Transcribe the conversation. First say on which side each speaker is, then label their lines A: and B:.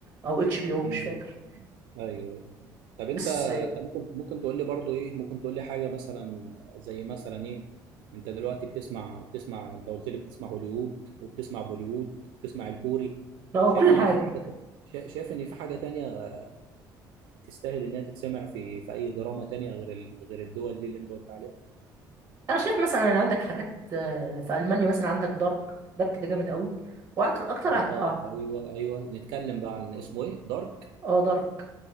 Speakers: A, on the right; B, on the right.
A: او اتش بي او
B: مم.
A: مش فاكر
B: ايوه أيوة. طب انت
A: بس
B: انت ممكن ممكن تقول لي برضو ايه ممكن تقول لي حاجه مثلا زي مثلا ايه انت دلوقتي بتسمع بتسمع انت قلت لي بتسمع هوليوود وبتسمع بوليوود وبتسمع الكوري
A: هو
B: شايف
A: كل
B: ان
A: حاجة
B: في حاجه شا- شايف ان في حاجه تانية تستاهل انها تتسمع في في اي دراما تانية غير ال... غير الدول دي اللي انت قلت عليها
A: انا شايف مثلا ان عندك حاجات آه، في المانيا مثلا عندك دارك دارك ده جامد قوي وقت اكتر
B: اه
A: هت- اه
B: ايوه ايوه نتكلم بقى عن اسمه ايه دارك
A: اه دارك